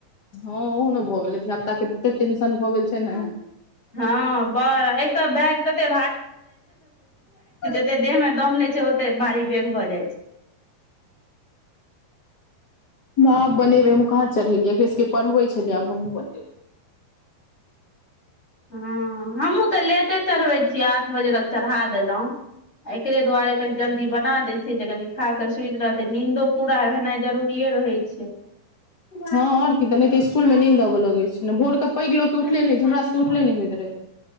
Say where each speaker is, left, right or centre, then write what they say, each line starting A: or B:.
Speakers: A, on the left; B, on the left.
A: हँ ओहो न भऽ गेलै धिया पुता के एते टेंशन भऽ गेल छै ने
B: हँ बड़ एक तऽ बैग तते ओते
A: <inaudible> <inaudible>
B: देह मे दम नै छै ओते बारी बेग भऽ जाइ छै
A: आब बनेबै हम कहाँ चढ़ेलियै एकरे सबके पढ़बै छलियै आब हमहुँ बनेबै
B: हँ हमहूँ तऽ लेटे चढ़बै छीयै आठ बजे तक चढ़ा देलहुँ एकरे दुआरे कनि जल्दी बना देय छियै जे कनी खा क सुंत रहतै नींदो पूरा भेनाइ जरूरिेए रहै छै
A: हँ आओऔर की तऽ नहि तऽ इसकुल मे नीन्द अबय लगैत छै ने भोर के पैग लोक के उठले नहि होइत छै हमरा सब उठले नहि होइत रहे